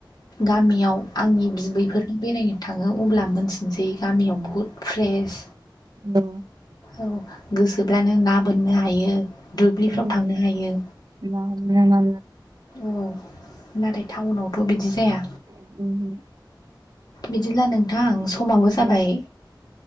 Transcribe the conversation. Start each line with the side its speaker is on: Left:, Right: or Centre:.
Left: गामियाव आंनि बिबैफोरनि बेरायनो थाङो अब्ला मोनथिनसै गामियाव बुहुद फ्रेस।
Right: <inaudible>
Left: औ गोसोब्लानो ना बोननो हायो दुब्लिफ्राव
Right: औ
Left: थांनो हायो।
Right: ना हमना
Left: औ नाथाय टाउनावथ' बिदि जाया
Right: मा
Left: बिदिब्ला नोंथांं। समाबो
Right: औ
Left: जाबाय